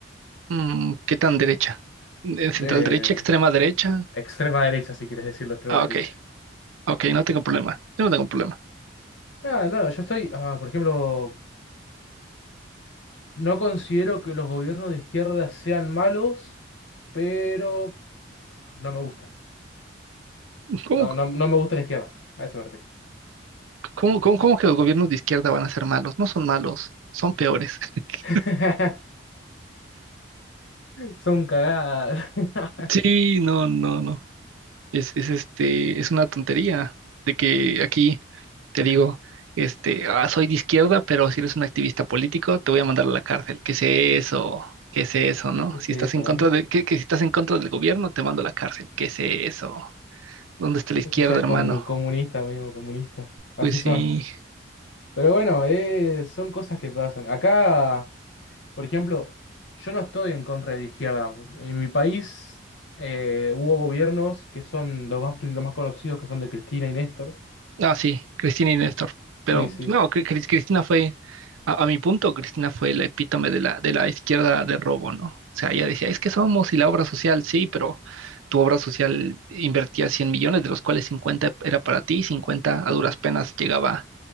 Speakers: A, on the right; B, on the left.
A: mm, ¿Qué tan derecha? Eh, ¿Central
B: De
A: derecha, extrema derecha?
B: extrema derecha, si quieres decirlo, extrema
A: Ah,
B: derecha.
A: ok, ok, no tengo problema. Yo no tengo problema.
B: Ah, no, yo estoy, ah, por ejemplo, No considero que los gobiernos de izquierda sean malos, pero no me gustan.
A: ¿Cómo,
B: No, no, no me gusta la izquierda. A eso me refiero.
A: cómo, cómo, cómo que los gobiernos de izquierda van a ser malos? No son malos, son peores. <laughs>
B: <laughs> Son cagadas. <laughs>
A: Sí, no, no, no. Es, es este, es una tontería de que aquí te digo, este, ah, soy de izquierda, pero si eres un activista político, te voy a mandar a la cárcel. ¿Qué es eso? ¿Qué es eso, no?
B: ¿Qué es
A: Si
B: eso,
A: estás en
B: no?
A: contra de, que, que si estás en contra del gobierno, te mando a la cárcel. ¿Qué es eso? ¿Dónde está la izquierda,
B: Eso ya es
A: hermano?
B: como comunista mismo, comunista. Así
A: Pues
B: son.
A: sí.
B: Pero bueno, eh, son cosas que pasan. Acá, por ejemplo, yo no estoy en contra de la izquierda. En mi país eh, hubo gobiernos que son los más, los más conocidos, que son de Cristina y Néstor.
A: Ah, sí, Cristina y Néstor.
B: Sí,
A: Pero
B: sí.
A: no, Cri- Cris- Cristina fue, a, a mi punto, Cristina fue la epítome de la, de la izquierda de robo, ¿no? O sea, ella decía, es que somos y la obra social, sí, pero tu obra social invertía 100 millones, de los cuales 50 era para ti y 50 a duras penas llegaba